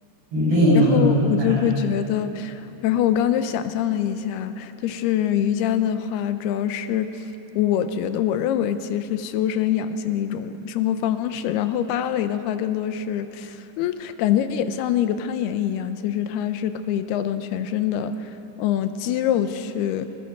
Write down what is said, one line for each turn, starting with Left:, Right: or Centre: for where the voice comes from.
Right: 练普拉提啊什么
Left: 然后我就会觉得，然后我刚刚就想象了一下，就是瑜伽的话，主要是我觉得，我认为其实是修身养性的一种生活方式。然后芭蕾的话，更多是，嗯，感觉也像那个攀岩一样，其实它是可以调动全身的，嗯，肌肉去